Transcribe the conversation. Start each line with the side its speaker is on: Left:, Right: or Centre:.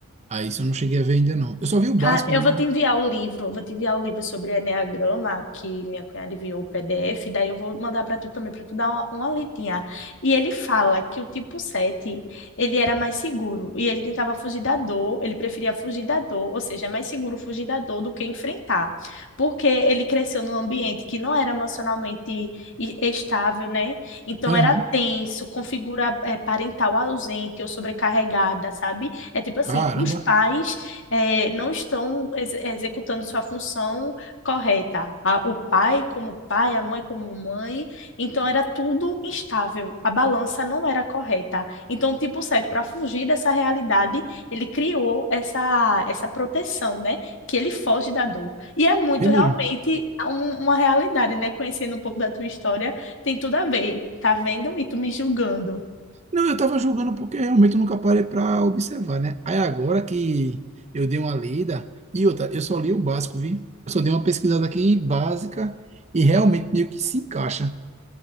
Right: Ah, isso eu não cheguei a ver ainda, não. Eu só vi o básico
Left: Cara, eu
Right: mesmo.
Left: vou te enviar o livro, vou te enviar o livro sobre Eneagrama, que minha cunhada enviou o PDF, daí eu vou mandar para tu também, para tu dar uma, uma lidinha. E ele fala que o tipo 7 ele era mais seguro, e ele tentava fugir da dor, ele preferia fugir da dor, ou seja, é mais seguro fugir da dor do que enfrentar, porque ele cresceu num ambiente que não era emocionalmente e- estável, né? Então
Right: Aham.
Left: era tenso, configura eh, parental ausente ou sobrecarregada, sabe? É tipo assim,
Right: Caramba.
Left: os pais eh, não estão ex- executando sua função correta. A- o pai como pai, a mãe como mãe. Então era tudo instável. A balança não era correta. Então o tipo 7, para fugir dessa realidade, ele criou essa, essa proteção, né? Que ele foge da dor. E é muito
Right: Vê
Left: realmente
Right: mesmo.
Left: um- uma realidade, né? Conhecendo um pouco da tua história, tem tudo a ver. Tá vendo? E tu me julgando.
Right: Não, eu tava julgando porque realmente eu nunca parei pra observar, né? Aí agora que eu dei uma lida. E outra, eu só li o básico, vi? Eu só dei uma pesquisada aqui básica e realmente meio que se encaixa.